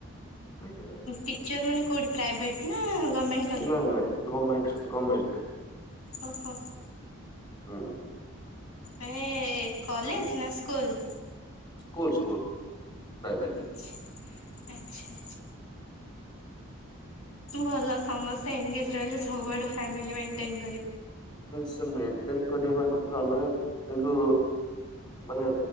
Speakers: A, on the left (about 20°); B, on the left (about 85°).
A: ଆଜ୍ଞା।
B: ଟିଚର ମାନେ କୋଉଠି ପ୍ରାଇଭେଟ ନା ଗମେଣ୍ଟ?
A: ନା ନା ଗମେଣ୍ଟ ଗମେଣ୍ଟ ରେ।
B: ଓହୋ।
A: ହୁଁ ହୁଁ!
B: ମାନେ କଲେଜ ନା ସ୍କୁଲ।
A: School school primary.
B: ଆଚ୍ଛା ଆଚ୍ଛା। ଭଲ ସମସ୍ତେ ଏନଗେଜ ରହିଲେ ସବୁଆଡୁ ଫ୍ୟାମିଲି ମେଣ୍ଟେନ୍‌
A: ସେ ମେଣ୍ଟେନ କରିବା କଥା ଅଲଗା। କିନ୍ତୁ ମାନେ